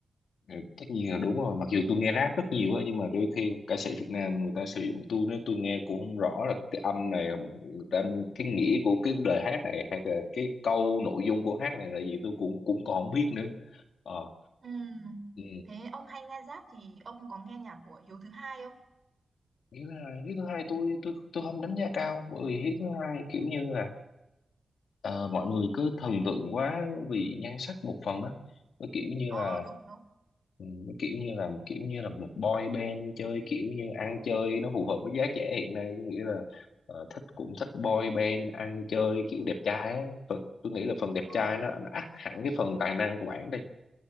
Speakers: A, on the left; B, on the right.
A: Ừ, tất nhiên là đúng rồi mặc dù tôi nghe rap rất nhiều á nhưng mà đôi khi ca sĩ Việt Nam người ta sử dụng tôi nữa tôi nghe cũng không rõ là cái âm này người ta cái nghĩa của cái lời hát này hay là cái câu nội dung của hát này là gì tôi cũng cũng còn không biết nữa ờ
B: Ừm.
A: ừ.
B: thế ông hay nghe rap thì ông có nghe nhạc của Hiếu thứ hai không
A: Hiếu thứ hai hiếu thứ hai tôi tôi tôi không đánh giá cao bởi vì hiếu thứ hai kiểu như là ờ, mọi người cứ thần tượng quá vì nhan sắc một phần á Nó kiểu như
B: ờ
A: là
B: đúng đúng
A: Ừ, nó kiểu như là kiểu như là một boy band chơi kiểu như ăn chơi nó phù hợp với giá trẻ hiện nay có nghĩa là ờ, thích cũng thích boy band ăn chơi kiểu đẹp trai ấy. Phần, tôi nghĩ là phần đẹp
B: ờ
A: trai nó nó ắt hẳn cái phần tài năng của bạn đây